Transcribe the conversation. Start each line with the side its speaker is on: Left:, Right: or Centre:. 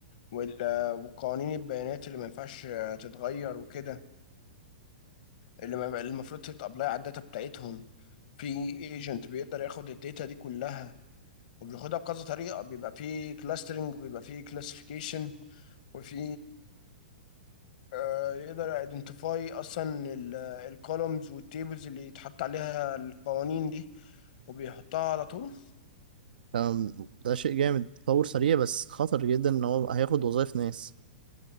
Left: وال- وقوانين البيانات اللي ما ينفعش تتغير وكده اللي ما- اللي المفروض تتابلاي على الداتا بتاعتهم في ايجنت بيقدر ياخد الداتا دي كلها وبياخدها بكذا طريقة بيبقى في كلاسترنج بيبقى في كلاسيفيكيشن وفي آه، يقدر ايدنتيفاي اصلا الكولومز والتيبلز اللي يتحط عليها القوانين دي وبيحطها على طول
Right: أم، ده شيء جامد تطور سريع بس خطر جدا ان هو هياخد وظائف ناس